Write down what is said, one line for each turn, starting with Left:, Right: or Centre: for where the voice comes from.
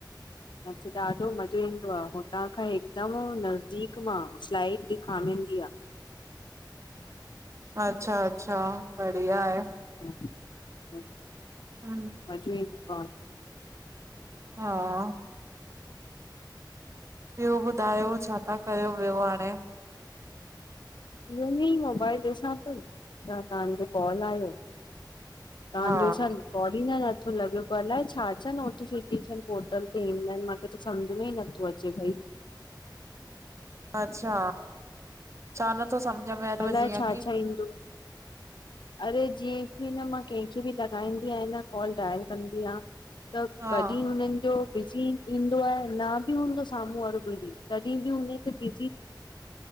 Left: नच ॾाढो मज़ो ईंदो आहे हुतां खां हिकदम नज़दीक मां स्लाइड ॾिखामिंदी आ।
Right: अच्छा अचछा बढ़िया आहे।
Left: हा हा।
Right: हं।
Left: हजु हिकु बा।
Right: हां। ॿियो ॿुधायो, छा था कयो ॿियो हाणे?
Left: ईयई मोबाइल ॾिसां पई, त तव्हांजो कॉल आहियो। तहांजो
Right: हा
Left: छ ल? काल ही नथो लॻे पर अलाए छा छा नोटिफिकेशन पोर्टल ते ईंदा आहिनि। मां पर त सम्झ में ई नथो अचे भई।
Right: अच्छा! छा नथो सम्झ में अथव
Left: अलाए
Right: जीअं
Left: छा
Right: की?
Left: छा ईंदो अरे जीअं कि न मां कंहिंखे बि लगाईंदी आहियां न कॉल, डायल कंदी आ त
Right: हा
Left: कॾी हुननि जो बिजी ईंदो आहे, न बि हूंदो साम्हूं वारो बिजी, तॾी बि हुनते बिजि